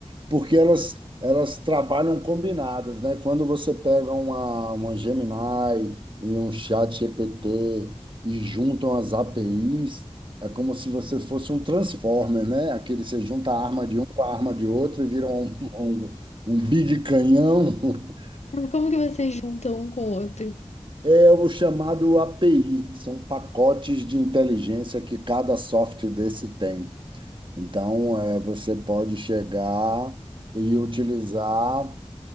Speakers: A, on the right (about 45°); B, on the left (about 80°).
A: porque elas, elas trabalham combinadas, né? Quando você pega uma, uma Gemini e um chat ChatGPT e juntam as APIs, é como se você fosse um Transformer, né? Aquele você junta a arma de um com a arma de outro e vira um, um, um big canhão. <laughs>
B: Mas Como que vocês juntam um com o outro?
A: É o chamado API, são pacotes de inteligência que cada software desse tem. Então, é, você pode chegar e utilizar